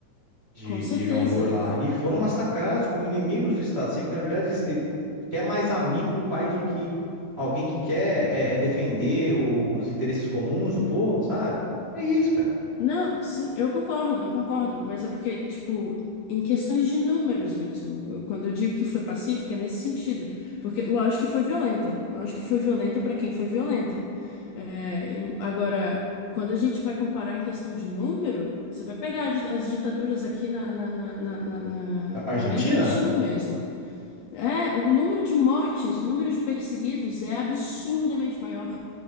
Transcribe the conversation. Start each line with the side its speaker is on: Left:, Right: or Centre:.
Right: de,
Left: Com certeza.
Right: de Jonglor lá. E foram massacrados como inimigos do Estado. Assim, que na verdade eles, ele quer mais amigo do país do que alguém que quer é, é defender o- os interesses comuns do povo, sabe? É isso, cara.
Left: Não, sim, eu concordo, eu concordo. Mas é porque, tipo, em questões de números mesmo, eu- quando eu digo que foi pacífica, é nesse sentido. Porque, lógico que foi violenta. Lógico que foi violenta para quem foi violenta. É, e agora, quando a gente vai comparar em questão de número, você vai pegar di- as ditaduras aqui na, na, na, na, na, na-
Right: A
Left: na
Right: Argentina
Left: América do Sul mesmo. É, o número de mortes, o número de perseguidos é absurdamente maior.